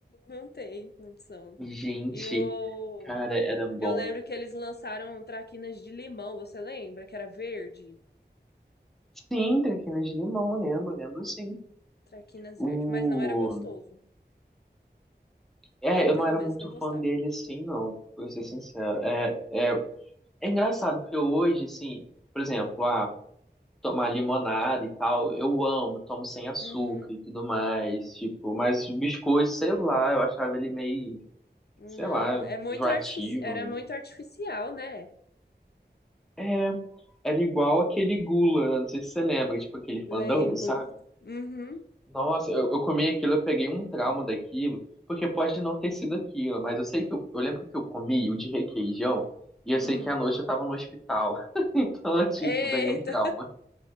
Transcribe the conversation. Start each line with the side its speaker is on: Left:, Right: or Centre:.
Left: não tem condição.
Centre: Gente,
Left: E o.
Centre: cara, era bom.
Left: Eu lembro que eles lançaram traquinas de limão, você lembra? Que era verde?
Centre: Sim, traquinas de limão, lembro, lembro sim.
Left: Traquinas
Centre: O...
Left: verde. Mas não era gostoso.
Centre: É,
Left: Eu,
Centre: eu
Left: pelo
Centre: não era
Left: menos,
Centre: muito
Left: não gostava.
Centre: fã dele assim, não, pra ser sincero. É, é, é engraçado, porque hoje, assim, por exemplo, ah, tomar limonada e tal. Eu amo, tomo sem açúcar
Left: Uhum.
Centre: e tudo mais, tipo, mas o biscoito, sei lá, eu achava ele meio,
Left: Não,
Centre: sei lá,
Left: é muito
Centre: enjoativo.
Left: artifici... era muito artificial, né?
Centre: É, era igual aquele gula, não sei se você lembra, tipo aquele
Left: Lembro.
Centre: fandango, sabe?
Left: Uhum.
Centre: Nossa, eu, eu comi aquilo, eu peguei um trauma daquilo, porque pode não ter sido aquilo, mas eu sei que eu, eu lembro que eu comi o de requeijão. E eu sei
Left: Hum.
Centre: que à noite eu tava no hospital. <laughs> Então, tipo,
Left: Eita!
Centre: peguei um trauma.